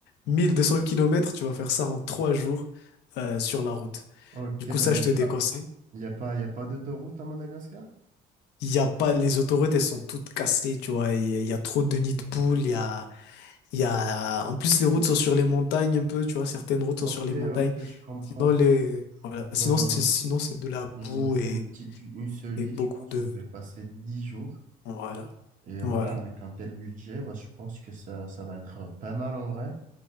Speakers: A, on the left (about 85°); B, on the right (about 50°).
A: mille deux cents kilomètres tu vas faire ça en trois jours euh, sur la route.
B: ok,
A: Du coup,
B: bah,
A: ça,
B: il n'y
A: je
B: a
A: te déconseille.
B: pas, y a pas, y a pas d'autoroute à Madagascar?
A: Il y a pas, les autoroutes, elles sont toutes cassées, tu vois. Il y, a il y a trop de nids de poules, il y a Il y a... En plus, les routes sont sur les montagnes un peu, tu vois, certaines routes sont
B: Ok,
A: sur les
B: ok,
A: montagnes.
B: je comprends.
A: Sinon, les... voilà. Sinon,
B: Bah,
A: c'est sinon, c'est de la
B: moi,
A: boue
B: je me fais
A: et...
B: une petite, une seule
A: et
B: vie,
A: beaucoup
B: je pense
A: de...
B: que je vais passer 10 jours.
A: Voilà.
B: Et voilà,
A: Voilà.
B: avec un tel budget, bah, je pense que ça, ça va être pas mal en vrai.